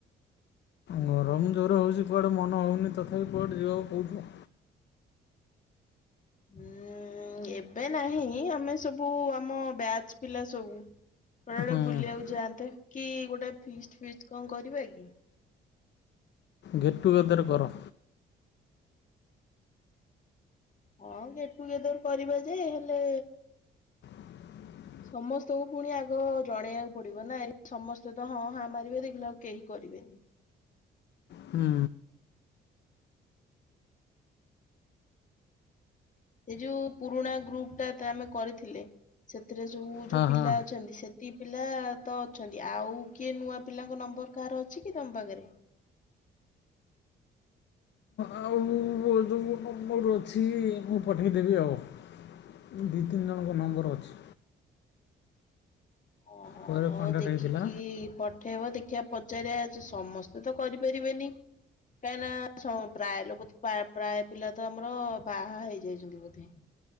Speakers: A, on the left; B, on the left.
A: ଗରମ ଯୋର ହଉଛି କୁଆଡ଼େ ମନ ହେଉନି ତଥାପି କୁଆଡେ ଯିବାକୁ କହୁଥିଲ?
B: ହୁଁ ଏବେ ନାହିଁ ଆମେ ସବୁ ଆମ ବ୍ୟାଚ୍ ପିଲା ସବୁ ଗୋଟେ ଗୋଟେ
A: ହୁଁ
B: ବୁଲିବାକୁ ଯାଆନ୍ତେ କି ଗୋଟେ ଫିଷ୍ଟ୍ ଫିଷ୍ଟ କଣ କରିବା କି
A: ଗେଟ୍ ଟୁଗେଦର୍ କର
B: ହଁ ଗେଟ ଟୁ ଗେଦର କରିବା ଯେ ହେଲେ
A: <inaudible>
B: ସମସ୍ତଙ୍କୁ ପୁଣି ଆଗ ଜଣେଇବାକୁ ପଡିବ ନା ସମସ୍ତେ ତ ହଁ ହଁ ମାରିବେ ଦେଖିଲେ ଆଉ କେହି କରିବେନି
A: ହୁଁ
B: ସେ ଯୋଉ ପୁରୁଣା ଗ୍ରୁପ ଟା ଆମେ କରିଥିଲେ ସେଥିରେ ସବୁ ଯୋଉ
A: ହଁ
B: ପିଲା
A: ହଁ
B: ଅଛନ୍ତି ସେ ତି ପିଲା ତ ଅଛନ୍ତି ଆଉ କିଏ ନୂଆ ପିଲାଙ୍କ ନମ୍ବର କାହାର ଅଛି କି ତମ ପାଖରେ?
A: ଆଉ ଯଉ ମୋର ଅଛି ମୁଁ ପଠେଇଦେବି ଆଉ ମୁ ଦୁଇ ତିନି ଜଣଙ୍କ ନମ୍ବର ଅଛି
B: ଓହୋ
A: ପରେ
B: ହଉ
A: କଣ୍ଟାକ୍ଟ
B: ଦେଖିକି
A: ହେଇଥିଲା
B: ପ - ଉଠେଇବ ଦେଖିବା ପଚାରିବା ସମସ୍ତେ ତ କରିପାରିବେନି, କାହିଁ ନା ପ୍ରାୟ ଲୋକ ପ୍ରାୟ ପିଲା ତ ଆମର ବାହା ହେଇଯାଇଛନ୍ତି ବୋଧେ